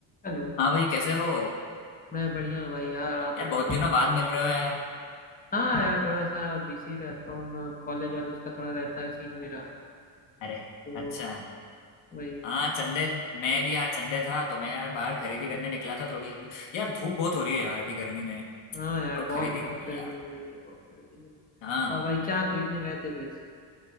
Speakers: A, on the left; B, on the left.
A: Hello
B: हाँ भाई कैसे हो
A: मैं बढ़िया हूँ भाई यार आप
B: यार
A: बताइए
B: बहुत दिनों बाद मिल रहे हो यार
A: हाँ यार थोड़ा सा बिजी रहता हूँ मैं कॉलेज वॉलेज का थोड़ा रहता है सीन मेरा
B: अरे
A: तो
B: अच्छा
A: वही
B: हाँ संडे मैं भी आज संडे था तो मैं यार बाहर खरीदी करने निकला था थोड़ी यार धूप बहुत हो रही है यार अभी गर्मी में
A: हाँ यार
B: और
A: बहुत
B: खरीदी
A: बहुत गर्मी
B: यार
A: हो रही है बहुत गर्मी हो रही है
B: हाँ
A: और भाई क्या खरीदने गए थे फिर